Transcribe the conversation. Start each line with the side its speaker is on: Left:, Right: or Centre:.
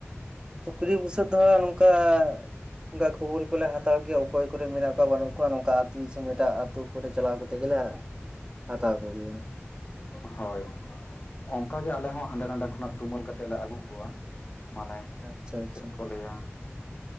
Right: ᱥᱩᱠᱨᱤ ᱵᱩᱥᱟᱹᱫ ᱱᱚᱝᱠᱟ ᱠᱷᱩᱚᱵᱩᱞ ᱠᱚᱞᱮ ᱦᱟᱛᱟᱣ ᱜᱮᱭᱟ ᱚᱠᱚᱭ ᱠᱚᱨᱮ ᱢᱮᱱᱟᱜ ᱠᱚᱣᱟ ᱵᱟᱹᱱᱩᱜ ᱠᱚᱣᱟ ᱱᱚᱝᱠᱟ ᱟᱹᱛᱩ ᱫᱤᱥᱚᱢ ᱮᱴᱟᱜ ᱟᱹᱛᱩ ᱠᱚᱨᱮ ᱪᱟᱞᱟᱣ ᱠᱟᱛᱮ ᱜᱮᱞᱮ ᱦᱟᱛᱟᱣ ᱠᱚᱜᱮᱭᱟ
Left: ᱦᱳᱭ ᱚᱱᱠᱟᱜᱮ ᱟᱞᱮ ᱦᱚᱸ ᱦᱟᱸᱰᱮ ᱱᱟᱰᱮ ᱠᱷᱚᱱᱟᱜ ᱛᱩᱢᱟᱹᱞ ᱠᱟᱛᱮᱜ ᱞᱮ ᱟᱹᱜᱩ ᱠᱚᱣᱟ ᱢᱟᱱᱮ
Right: ᱟᱪᱪᱷᱟ ᱟᱪᱪᱷᱟ
Left: ᱪᱮᱫ ᱠᱚ ᱞᱟᱹᱭᱟ